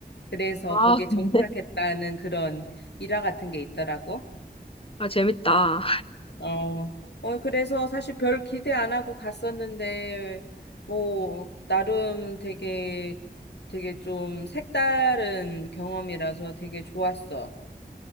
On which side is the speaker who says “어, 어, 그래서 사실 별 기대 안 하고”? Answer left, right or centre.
Left